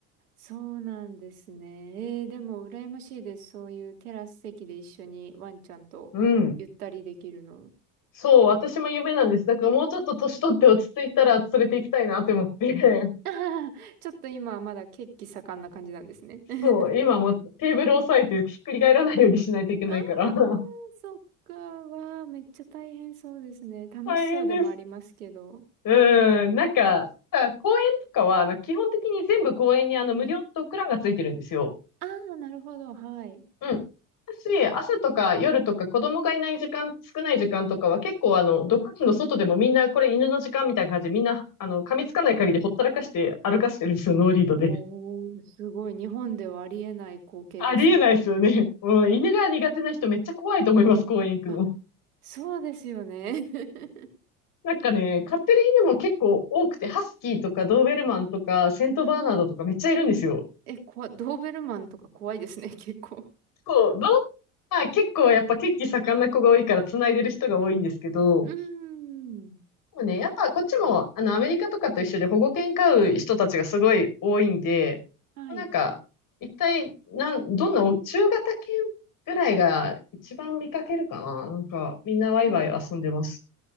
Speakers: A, on the right; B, on the left.
A: そうなんですね。えー、でも羨ましいです。そういうテラス席で一緒にワンちゃんとゆったりできるの。
B: うん。そう、私も夢なんです。だからもうちょっと年取って落ち着いたら連れて行きたいなって思って。
A: <laughs> あははちょっと今はまだ血気盛んな感じなんですね。
B: <laughs>
A: <laughs>
B: そう、今もうテーブル押さえてひっくり返らないようにしないといけないから。
A: あー、
B: <laughs>
A: そっか。わー、めっちゃ大変そうですね。楽しそうでもありますけど。
B: 大変です。うん、なんか、あ公園とかは、なんか基本的に全部公園にあの無料のドッグランがついてるんですよ。
A: ああなるほど。はい。
B: うん。私、朝とか夜とか子供がいない時間、少ない時間とかは結構あの、ドッグランの外でもみんなこれ犬の時間みたいな感じでみんな、あの、噛みつかない限りほったらかして歩かしてるんですよ、ノーリードで。
A: おー、すごい。日本ではありえない光景ですね。
B: ありえないですよね。うん、犬が苦手な人めっちゃ怖いと思います、公園行くの。
A: あ、そうですよね。<laughs>
B: なんかね、飼ってる犬も結構多くて、ハスキーとかドーベルマンとかセントバーナードとかめっちゃいるんですよ。
A: うん。え、こわ、ドーベルマンとか怖いですね、結構。
B: 構、どん、まあ結構やっぱ血気盛んな子が多いから繋いでる人が多いんですけど、
A: うーん。
B: もうね、やっぱこっちも、あの、アメリカとかと一緒で保護犬飼う人たちがすごい多いんで、
A: はい。
B: もうなんか、一体、なん、どんなお、中型犬ぐらいが一番見かけるかななんか、みんなワイワイ遊んでます。
A: うん。